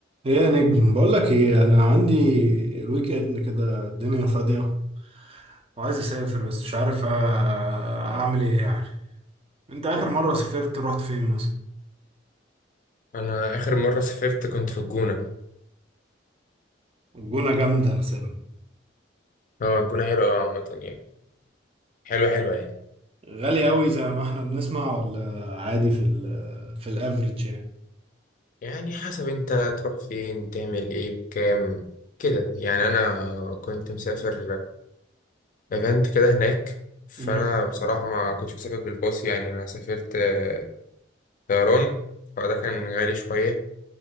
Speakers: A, on the right (about 30°); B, on the left (about 45°).
A: ايه يا نجم بقول لك ايه انا عندي الويك اند كده الدنيا فاضيه وعايز اسافر بس مش عارف أ- اعمل ايه يعني انت اخر مره سافرت رحت فين مثلا
B: انا اخر مره سافرت كنت في الجونه
A: الجونه جامده انا سامع
B: اه الجونه حلوه أوي عامه يعني حلوه حلوه يعني
A: غالي قوي زي ما احنا بنسمع ولا عادي في ال في الافريج يعني
B: يعني حسب انت تروح فين تعمل ايه بكام كده يعني انا كنت مسافر ايفنت كده هناك فانا
A: امم
B: بصراحه ما كنتش مسافر بالباص يعني انا سافرت آه، طيران فده كان غالي شويه